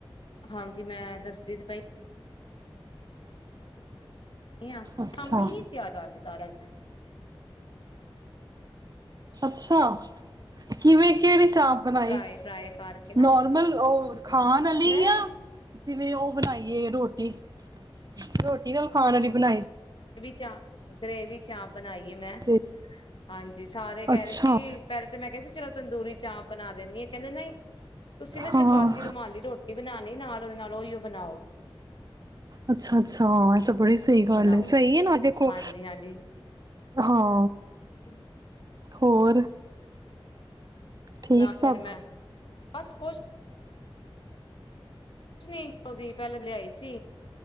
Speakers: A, on the left; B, on the right.
A: ਹਾਂਜੀ ਮੈਂ ਦੱਸਦੀ ਤੇ ਪਈ ਧੀਆਂ
B: ਅੱਛਾ
A: ਕੰਮ ਹੀ ਤਿਆਰ ਕਰਦੇ। ਸਾਰਾਥ
B: ਅੱਛਾ ਕਿਵੇਂ ਕਿਹੜੀ ਚਾਮਪ ਬਣਾਈ
A: ਫਰਾਏ ਫਰਾਏ ਕਰਕੇ ਨਾ
B: ਨੋਰਮਲ ਉਹ ਖਾਣ ਵਾਲੀ
A: ਮੈਂ
B: ਆ ਜਿਵੇਂ ਉਹ ਬਣਾਈਏ ਰੋਟੀ ਰੋਟੀ ਨਾਲ ਖਾਣ ਵਾਲੀ ਬਣਾਈ
A: ਚ ਗ੍ਰੇਵੀ ਚਾਮਪ ਬਣਾਈਏ ਮੈਂ
B: ਸੀ
A: ਹਾਂਜੀ ਸਾਰੇ ਕਹਿ
B: ਅੱਛਾ
A: ਰਹੇ ਸੀ ਪਹਿਲੇ ਤਾਂ ਮੈਂ ਕਿਹਾ ਸੀ ਚਲੋ ਤੰਦੂਰੀ ਚਾਮਪ ਬਣਾ ਦਿੰਦੀ ਆ, ਕਹਿੰਦੇ ਨਹੀ ਤੁਸੀਂ ਨਾ
B: ਹਾਂ
A: ਚਪਾਤੀ ਰੁਮਾਲੀ ਰੋਟੀ ਬਣਾਣੀ ਨਾਲ ਉਹਦੇ ਨਾਲ ਉਓਹੀਓ ਬਣਾਓ
B: ਅੱਛਾ- ਅੱਛਾ ਹੋਰ ਤਾਂ ਬੜੀ ਸਹੀ ਗੱਲ
A: ਬਣਾਓ
B: ਹੈ ਸਹੀ ਹੈ ਨਾ ਦੇਖੋ-
A: ਹਾਂਜੀ ਹਾਂਜੀ
B: ਹਾਂ।
A: <inaudible>
B: ਹੋਰ? ਠੀਕ
A: ਨਾ
B: ਸਭ
A: ਫੇਿਰ ਮੈਂ ਬਸ ਕੁਛ ਕੁਛ ਨੀ ਕਦੀ ਪਹਿਲਾਂ ਲਿਆਈ ਸੀ